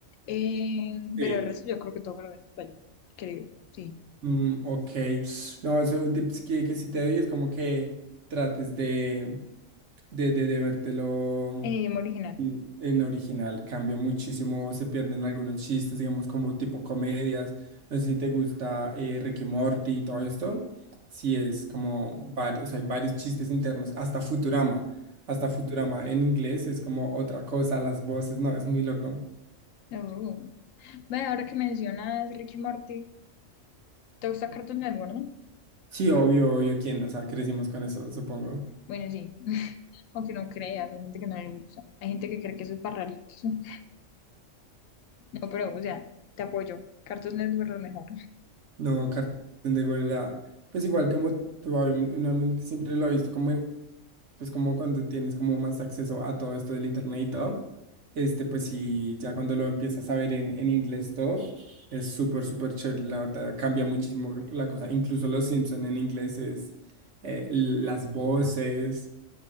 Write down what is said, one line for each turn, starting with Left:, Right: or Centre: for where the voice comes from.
Left: Eh,
Right: eh,
Left: pero el resto yo creo que todo me lo ven en español, creo, sí,
Right: mm, ok, no, eso, un tip que, que sí te doy es como que trates de, de, de, de vértelo.
Left: en idioma original.
Right: en en original cambia muchísimo, se pierden algunos chistes, digamos, como tipo comedias. No sé si te gusta eh, Rick y Morty y todo esto. Sí, es como varios, hay varios chistes internos, hasta Futurama. Hasta Futurama en inglés es como otra cosa, las voces, no, es muy loco.
Left: Oh. Ve, ahora que mencionas Ricky Morty, ¿te gusta Cartoon Network, no?
Right: Sí, obvio, obvio, quién, o sea, crecimos con eso, supongo.
Left: Bueno, sí, <laughs> aunque no creas, hay gente que no le gusta, hay gente que cree que eso es para raritos. <laughs> No, pero, o sea, te apoyo, Cartoon Network lo mejor.
Right: No, Cartoon de era, pues igual como tú, obviamente, uno siempre lo ha visto como en pues como cuando tienes como más acceso a todo esto del internet y todo, este, pues sí, ya cuando lo empiezas a ver en, en inglés todo, es súper, súper chévere, la verdad, cambia muchísimo la cosa, incluso los Simpson en inglés es eh, las voces,